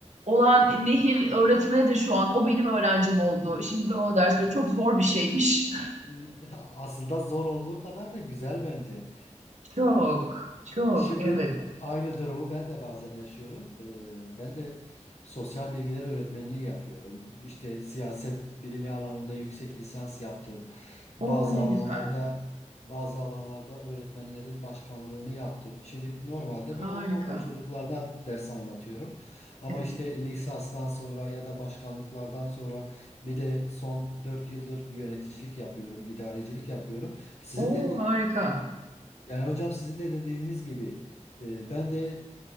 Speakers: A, on the right; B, on the left.
A: olan Nehir öğretmeni de şu an o benim öğrencim oldu. Şimdi ben ona ders veriyorum. Çok zor bir şeymiş.
B: <laughs> Aslında zor olduğu kadar da güzel bence.
A: Çok, çok,
B: Şimdi
A: evet.
B: aynı durumu ben de bazen yaşıyorum. Ee, ben de sosyal bilgiler öğretmenliği yapıyorum. İşte siyaset bilimi alanında yüksek lisans yaptım.
A: O
B: Bazı
A: ne
B: alanlarda
A: güzel.
B: bazı alanlarda öğretmenlerin başkanlığını yaptım. Şimdi normalde
A: Harika.
B: ben ortaokul çocuklarına ders anlatıyorum. Ama
A: Evet.
B: işte lisanstan sonra ya da başkanlıklardan sonra bir de son 4 yıldır yöneticilik yapıyorum, idarecilik yapıyorum. Sizin
A: O
B: de
A: harika.
B: yani hocam sizin de dediğiniz gibi e, ben de